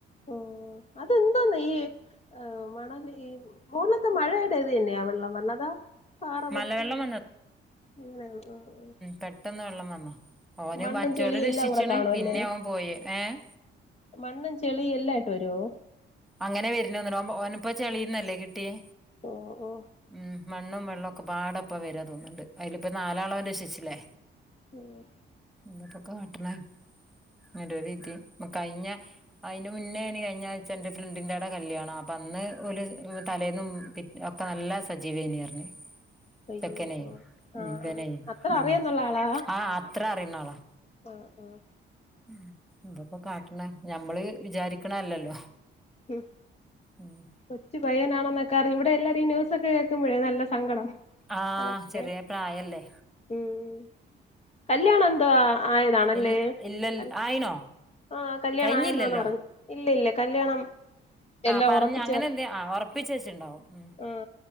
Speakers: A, on the left; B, in the centre.
A: ഉം അതെന്തോന്ന ഈ ആഹ് മണൽ ഈ മോളിത്തെ മഴയുടെ ഇത് തന്നെയാ വെള്ളം വന്നതാ പാറ പൊട്ടി
B: മലവെള്ളം
A: അങ്ങനാന്നൊ ആഹ്
B: പെട്ടൊന്ന് വെള്ളം വന്നാ, ഓന്
A: മണ്ണും
B: മറ്റോ
A: ചെളിയും
B: ലെ രക്ഷിച്ച്ണ്
A: എല്ലാം കൂടെ കാണും
B: പിന്നെ
A: അല്ലേ
B: ഓൻ പോയേ ഏഹ്
A: മണ്ണും ചെളിയും എല്ലായിട്ട് വരുവോ
B: അങ്ങനെ വര്നോന്നുണു. ഓൻ ഓനപ്പോ ചളീന്നല്ലേ കിട്ടിയേ
A: ഓഹ് ഹോ
B: ഉം മണ്ണും വെള്ളൊക്കൊപ്പാടപ്പാ വരാ തോന്നുണ്ട്. അയിലിപ്പ നാലാളോൻ രക്ഷിച്ചിലേ
A: ഉം
B: ന്നട്ട് കാട്ട്ണെ നല്ലൊരു തി കഴിഞ്ഞ അയിന്റെ മുന്നേന് കഴിഞ്ഞ ആഴ്ച എന്റെ ഫ്രണ്ടിന്റെവടെ കല്യാണാ അപ്പൊ അന്ന് ഒരു തലേന്നും പി ഒക്കെ നല്ല സജീവേയ്നി റഞ്ഞ്
A: അയ്യോ
B: ചെക്കനേ
A: ഓ
B: ഉം
A: ആഹ്
B: വനെ
A: ആഹ് അത്ര
B: ഉം
A: അറിയാന്നുള്ള ആളാ
B: ആഹ് അത്ര അറിയ്ണാളാ
A: ആഹ് ആഹ്
B: ഉം എന്തപ്പോ കാട്ടണ ഞമ്മള് വിചാരിക്കണല്ലല്ലോ
A: ഉം
B: ഉം
A: കൊച്ചു പയ്യനാണെന്നൊക്കെ പറഞ് ഇവിടെ എല്ലാരും ന്യൂസൊക്കെ കേൾക്കുമ്പോഴേ നല്ല സങ്കടം
B: ആ
A: അതൊക്കെ
B: ചെറിയ പ്രായല്ലേ
A: ഉം കല്യാണം എന്തോ ആയതാണല്ലേ
B: ഇ ഇല്ല
A: കൽ
B: ആയിനോ
A: ആഹ് കല്യാണം
B: കഴിഞ്ഞില്ലല്ലോ
A: ആയെന്നാണ് അറിഞ് ഇല്ല ഇല്ല കല്യാണം എല്ലാം
B: ആഹ് പറഞ്ഞ്
A: ഉറപ്പിച്ചാണ്
B: അങ്ങനെ എന്തേ ആഹ് ഉറപ്പിച്ചേച്ചിണ്ടാവും ഉം
A: ആ